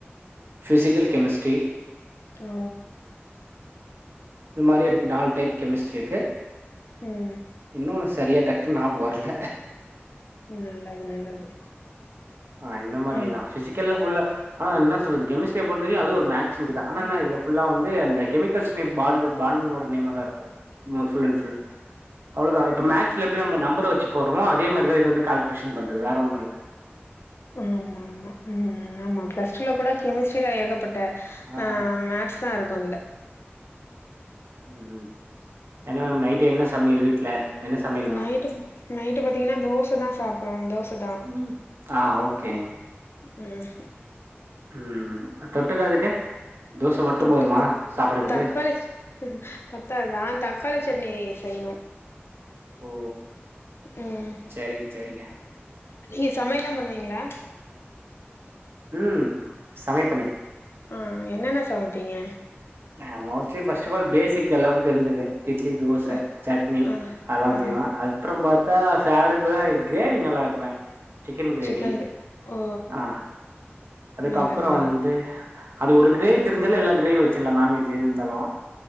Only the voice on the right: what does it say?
ஃபிசிக்கல் கெமிஸ்ட்ரி,
இந்மாரி இருக்கு நால் டைப் கெமிஸ்ட்ரிக்கு.
இன்னொன்னு சரியா டக்குன் ஞாபுகோ வர்ல.
ஆ இந்த மாரிதா
ஃபிசிக்கல்ல ஃபுல்லா ஆனா என்ன சொல்றது கெமிஸ்ட்ரிய பொருத்த வரியு அது ஒரு மேக்ஸ்மிஸ்தா ஆனா என்னா இதுல ஃபுல்லா வந்து அந்த கெமிக்கல்ஸ் பாண்டு பாண்டுங்களோட நேமா தா இருக்கு மோ ஃபுல் அண் ஃபுல். அவ்ளதா இப்ப மேக்ஸ்ல எப்டி நம்ப நம்பர வெச்சு போறமோ அதே மாரிதா இது வந்து கேல்குலேஷன் பண்றது வேற ஒன்னு இல்ல.
ஆ
ம் ம் என்னா மேம் நைட்டு என்ன சமையல் வீட்ல? என்ன சமையல்
மேம்
ம் ஆ ஓகேங்க
ம் தொட்டுக்க அதுக்கு? தோச மட்டு
போதுமா சாப்புட்றதுக்கு
ஓ
செரிங்க செரிங்க
ம் சமைப்பனே
ஆ மோஸ்லி ஃபஸ்ட்டஃப் ஆல் பேசிக் அளவுக்கு இருந்துது இட்லி தோச
சட்னி
அதல்லா
செய்வே அ அப்றம் பாத்தா ஃபேவரட்னா கிரேவி நல்லா வைப்பே சிக்கன் கிரேவி
ஆ அதுக்கப்றோ
வந்து அது ஒரு கிரேவி தெரிஞ்சாலே எல்லா கிரேவி வச்சில்லா நாான்வெஜ் எது இருந்தாலு